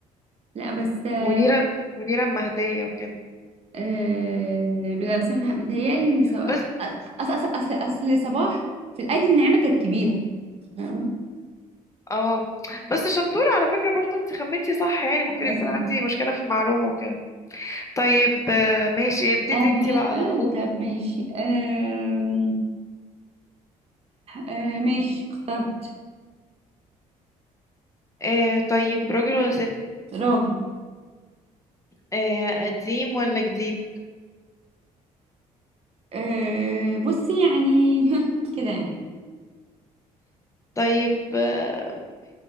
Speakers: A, on the right (about 45°); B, on the left (about 20°).
A: لا بس آه
B: منيرة منيرة المهدية وكده
A: آه، لا بس متهيأ- متهيألي ان سو...
B: بس
A: اصل اصل اصل اصل صباح في الايدي الناعمه كانت كبيره فاهمة؟
B: اه بس شطورة على فكرة برضو انت خمنتي صح يعني ممكن
A: مثلا
B: يكون عندي مشكلة في المعلومة كده طيب آه، ماشي ابتدي
A: انا دول
B: انت بقى
A: بقى
B: قولي
A: طب ماشي آه آه ماشي اخترت
B: آه طيب راجل ولا ست
A: راجل
B: آه قديم ولا جديد
A: أه بصي يعني <laughs> كده يعني
B: طيب آه،